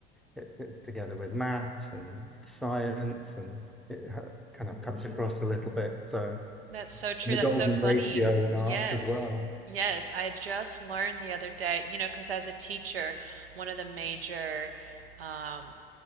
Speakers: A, in the centre; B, on the right (about 85°).
A: it fits together with maths and science and it ha- kind of cuts across a little bit. So and
B: That's so true.
A: the
B: That's
A: golden
B: so funny.
A: ratio in
B: Yes.
A: art as well.
B: Yes. I just learned the other day, you know, because as a teacher, one of the major um,